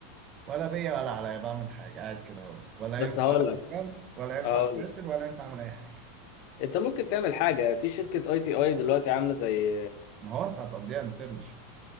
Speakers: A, on the right; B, on the left.
A: ولا بيا ولا عليا بعمل حاجه قاعد كده اهو ولا
B: بس
A: ينفع
B: هقول
A: أشتغل،
B: لك
A: ولا ينفع
B: هقول
A: اسافر
B: لك
A: ولا ينفع اعمل اي حاجه
B: انت ممكن تعمل حاجه في شركه اي تي اي دلوقتي عامله زي
A: ما هو انت هتقضيها انترنشيب